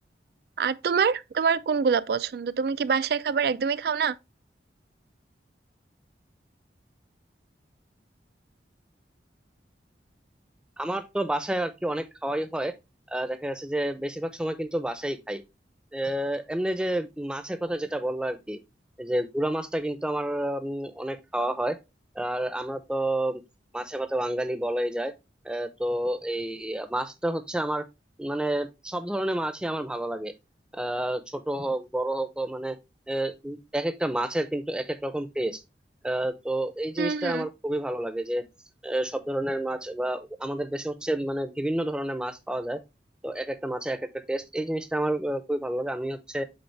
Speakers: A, on the right; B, in the centre.
A: আর তোমার তোমার কোনগুলা পছন্দ তুমি কি বাসায় খাবার একদমই খাও না
B: আমার তো বাসায় আর কি অনেক খাওয়াই হয় আহ, দেখা যাচ্ছে যে বেশিরভাগ সময় কিন্তু বাসায় খাই আহ, এমনি যে মাছের কথা যেটা বললো আর কি এই যে গুড়া মাছটা কিন্তু আমার উম, অনেক খাওয়া হয় আর আমরা তো মাছে ভাতে বাঙালি বলাই যায় আহ, তো এই মাছটা হচ্ছে আমার মানে সব ধরনের মাছই আমার ভালো লাগে আহ ছোট হোক বড় হোক ও মানে আহ, এক একটা মাছের কিন্তু এক এক রকম টেস্ট তো এই
A: হুম
B: জিনিসটা
A: হুম
B: আমার খুবই ভালো লাগে যে আহ, সব ধরনের মাছ বা আমাদের দেশে হচ্ছে মানে বিভিন্ন ধরনের মাছ পাওয়া যায় তো এক একটা মাছে এক একটা টেস্ট এই জিনিসটা আমার আহ, খুবই ভালো লাগে আমি হচ্ছে